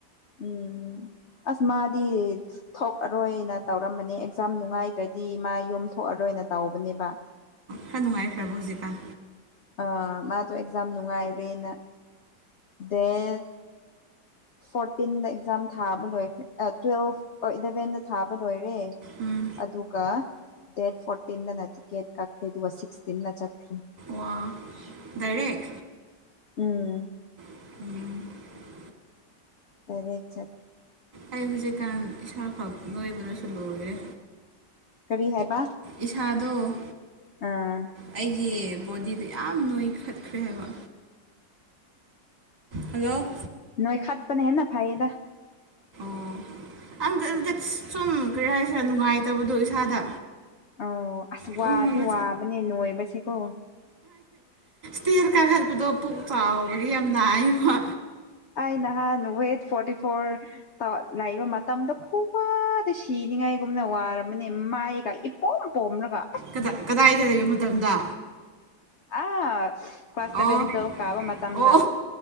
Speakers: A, on the left; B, on the right.
A: ꯎꯝ ꯑꯁ ꯃꯥꯗꯤ ꯊꯣꯛꯑꯔꯣꯏꯅ ꯇꯧꯔꯝꯕꯅꯦ ꯑꯦꯛꯖꯥꯝ ꯅꯨꯡꯉꯥꯏꯗ꯭ꯔꯗꯤ ꯃꯥ ꯌꯨꯝ ꯊꯣꯛꯑꯔꯣꯏꯅ ꯇꯧꯕꯅꯦꯕ
B: ꯈꯔꯥ ꯅꯨꯡꯉꯥꯏꯈ꯭ꯔꯕꯣ ꯍꯧꯖꯤꯛꯀꯥꯟ
A: ꯑ ꯃꯥꯗꯣ ꯑꯦꯛꯖꯥꯝ ꯅꯨꯡꯉꯥꯏꯔꯦꯅ ꯗꯦꯟ ꯐꯣꯔꯇꯤꯟꯗ ꯑꯦꯛꯖꯥꯝ ꯊꯥꯕ ꯂꯣꯏꯈ꯭ꯔꯦ ꯇꯨꯋꯦꯜꯐ ꯏꯂꯚꯦꯟꯗ ꯊꯥꯕ ꯂꯣꯏꯔ ꯔꯦ
B: ꯎꯝ
A: ꯑꯗꯨꯒ ꯗꯦꯠ ꯐꯣꯔꯇꯤꯟꯗꯅ ꯇꯤ ꯒꯦꯠ ꯀꯛꯈ꯭ꯔꯦ ꯑꯗꯨꯒ ꯁꯤꯛꯁꯇꯤꯟꯟꯅ ꯆꯠꯈ꯭ꯔꯦ
B: ꯋꯥ ꯗꯥꯏꯔꯦꯛ
A: ꯎꯝ
B: <inaudible>
A: ꯇꯔꯦꯠ ꯆꯠ
B: ꯑꯩ ꯍꯧꯖꯤꯛꯀꯥꯟ ꯏꯁꯥ ꯐꯛ ꯂꯣꯏꯕꯅꯁꯨ ꯂꯣꯏꯔꯦ
A: ꯀꯔꯤ ꯍꯥꯏꯕ
B: ꯏꯁꯥꯗꯣ
A: ꯑꯥ
B: ꯑꯩꯒꯤ ꯕꯣꯗꯤꯗꯣ ꯌꯥꯝ ꯅꯣꯏꯈꯠꯈ꯭ꯔꯦ ꯍꯥꯏꯕ ꯍꯜꯂꯣ
A: ꯅꯣꯏꯣꯏ ꯈꯠꯄꯅꯦ ꯍꯅ ꯐꯥꯏꯌꯦꯗ
B: ꯑꯣ ꯑꯪꯗ ꯑꯗꯨꯗ ꯁꯨꯝ ꯀꯔꯤ ꯍꯥꯏꯦ ꯅꯨꯡꯉꯥꯏꯇꯕꯗꯣ ꯏꯁꯥꯗ
A: ꯑꯣ ꯑꯁ ꯋꯥꯗꯤ
B: ꯇꯨꯝꯃꯒ
A: ꯋꯥꯕꯅꯦ ꯅꯣꯏꯕꯁꯀꯣ
B: ꯇꯤꯔ ꯀꯥꯈꯠꯄꯗꯣ ꯄꯨꯛ ꯆꯥꯎꯕꯒꯤ ꯌꯥꯝ ꯅꯥꯏꯕ
A: ꯑꯩ ꯅꯍꯥꯟ ꯋꯦꯠ ꯐꯣꯔꯇꯤ ꯐꯣꯔ ꯂꯩꯕ ꯃꯇꯝꯗ ꯈꯨꯋꯥꯗ ꯁꯤꯅꯤ ꯄꯤꯅꯤꯡꯉꯥꯏꯒꯨꯝꯅ ꯋꯥꯔꯕꯅꯤ ꯃꯥꯏꯒ ꯏꯄꯣꯝ ꯄꯣꯝꯅꯒ
B: ꯀꯗꯥ ꯀꯗꯥꯏꯗ ꯂꯩꯕ ꯃꯇꯝꯗ
A: ꯑꯥ ꯀ꯭ꯂꯥꯁꯗꯕꯦꯟꯇꯣ
B: ꯑꯣ
A: ꯀꯥꯕ ꯃꯇꯝꯗ
B: ꯑꯣ